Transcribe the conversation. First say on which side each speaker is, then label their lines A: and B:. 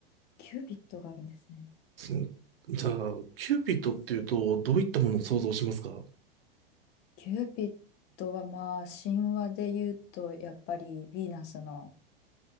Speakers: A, on the left; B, on the right.
A: キューピッドがあるんですね。
B: その、じゃあ、キューピッドっていうと、どういったものを想像しますか
A: キューピッドはまあ神話で言うと、やっぱりヴィーナスの